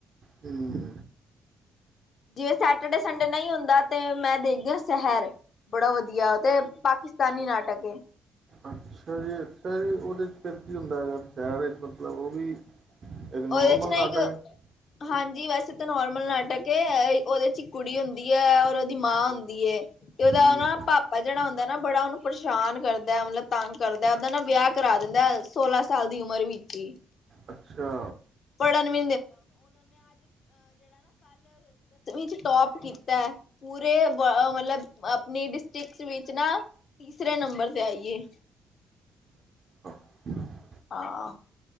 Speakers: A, on the right (about 45°); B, on the left (about 55°).
A: ਹਮ।
B: ਜੇ ਸੈਟਰਡੇ ਸੰਡੇ ਨਹੀਂ ਹੁੰਦਾ ਤੇ ਮੈਂ ਦੇਖ ਦੀਆ ਸ਼ਹਿਰ ਬੜਾ ਵਧੀਆ ਤੇ ਪਾਕਿਸਤਾਨੀ ਨਾਟਕ ਏ।
A: ਅੱਛਾ ਜੀ ਅੱਛਾ ਜੀ ਉਹਦੇ 'ਚ ਫਿਰ ਕੀ ਹੁੰਦਾ ਹੈਗਾ ਸ਼ਹਿਰ ਵਿੱਚ ਮਤਲਬ ਉਹ ਵੀ ਇੱਕ ਨੋਰਮਲ
B: ਉਹਦੇ ਚ ਨਾ
A: ਨਾਟਕ
B: ਇੱਕ
A: ਹੈ
B: ਹਾਂਜੀ ਵੈਸੇ ਨੋਰਮਲ ਨਾਟਕ ਕਿ ਉਹਦੇ ਚ ਇੱਕ ਕੁੜੀ ਹੁੰਦੀ ਹੈ ਔਰ ਦੀ ਮਾਂ ਹੁੰਦੀ ਏ। ਤੇ ਉਹਦਾ
A: ਹੂੰ
B: ਨਾ ਪਾਪਾ ਜਿਹੜਾ ਹੁੰਦਾ ਨਾ ਬੜਾ ਉਹਨੂੰ ਪਰੇਸ਼ਾਨ ਕਰਦਾ ਮਤਲਬ ਤੰਗ ਕਰਦਾ ਉਹਦਾ ਨਾ ਵਿਆਹ ਕਰਾ ਰਹਿੰਦਾ ਸੋਲਾਂ ਸਾਲ ਦੀ ਉਮਰ ਵਿੱਚ ਹੀ।
A: ਅੱਛਾ।
B: <unintelligible> ਦਸਵੀਂ ਚ ਟੋਪ ਕੀਤਾ ਹੈ ਪੂਰੇ <unintelligible> ਆਪਣੀ ਡਿਸਟ੍ਰਿਕਸ ਵਿਚ ਨਾ ਤੀਸਰੇ ਨੰਬਰ ਤੇ ਆਈਏ।
A: <inaudible>
B: ਆਹ